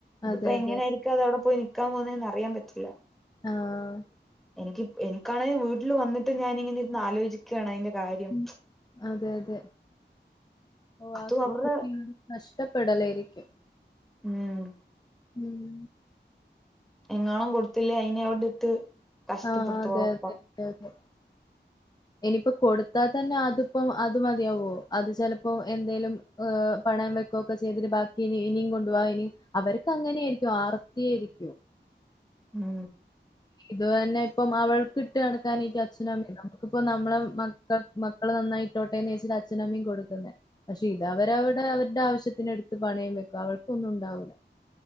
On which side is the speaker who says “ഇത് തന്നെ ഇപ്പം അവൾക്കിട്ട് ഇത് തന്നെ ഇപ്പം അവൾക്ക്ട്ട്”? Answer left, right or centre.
Left